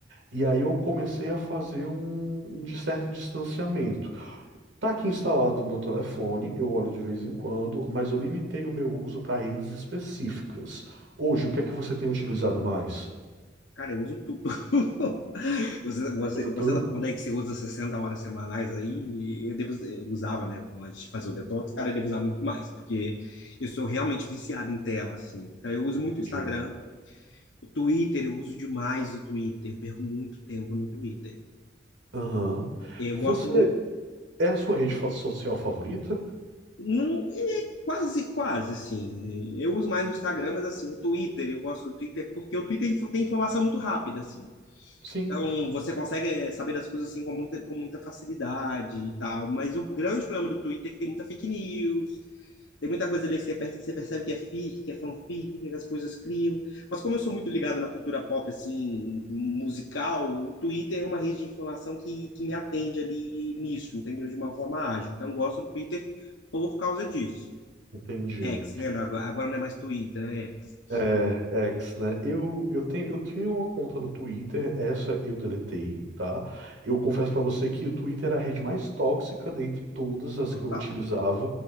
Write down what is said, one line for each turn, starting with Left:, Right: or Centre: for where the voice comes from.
Right: E aí eu comecei a fazer um, um de certo distanciamento. Tá aqui instalado no meu telefone, eu olho de vez em quando, mas eu limitei o meu uso para redes específicas. Hoje, o que é que você tem utilizado mais?
Left: Cara, eu uso tudo. <laughs> Você, você,
Right: Tudo, tudo.
Left: você tá falando aí que você usa 60 horas semanais aí, eu devo, eu usava, né, antes de fazer o detox, cara, eu devo usar muito mais, porque eu sou realmente viciado em tela, assim. Então, eu uso
Right: Entendi.
Left: muito o Instagram, o Twitter, eu uso demais o Twitter, eu perco muito tempo no Twitter.
Right: Aham.
Left: Eu
Right: Você
Left: gosto muito,
Right: é a sua rede fa- social favorita?
Left: não, é quase, quase, assim. Eu uso mais o Instagram, mas, assim, o Twitter, eu gosto do Twitter porque o Twitter info- tem informação muito rápida, assim.
Right: Sim.
Left: Então, você consegue eh, saber das coisas assim com muita, com muita facilidade e tal. Mas o grande problema do Twitter é que tem muita fake news, tem muita coisa ali que você per- você percebe que é fic, que é fanfic, que as coisas criam. Mas como eu sou muito ligado na cultura pop, assim, musical, o Twitter é uma rede de informação que, que me atende ali nisso, entendeu? De uma forma ágil. Então, eu gosto do Twitter por causa disso.
Right: Entendi.
Left: X, né? Agora agora não é mais Twitter, né? X.
Right: É, é, X, né? Eu, eu tenho, eu tinha uma conta no Twitter, essa eu deletei, tá? Eu confesso pra você que o Twitter era a rede mais tóxica dentre todas as
Left: Total.
Right: que eu utilizava.